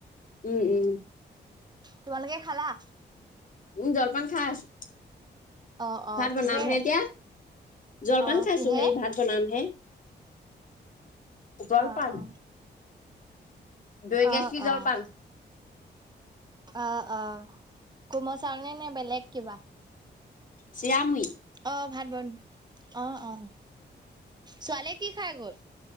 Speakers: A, on the left (about 45°); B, on the right (about 25°).
A: উম উম।
B: তোমালোকে খালা?
A: উম জলপান খাই আছো।
B: অ অ
A: ভাত বনামহে
B: কিহেৰে
A: এতিয়া, জলপান
B: অ
A: খাইছো
B: কিহে
A: হেই ভাত বনামহে, জলপান।
B: অ অ
A: দৈ
B: অ
A: গাখীৰ জলপান।
B: অ অ অহ। কোমল চাউল নে নে বেলেগ কিবা?
A: চিয়া মুৰি।
B: অ ভাত বন অ অ ছোৱালীয়ে কি খাই গ'ল?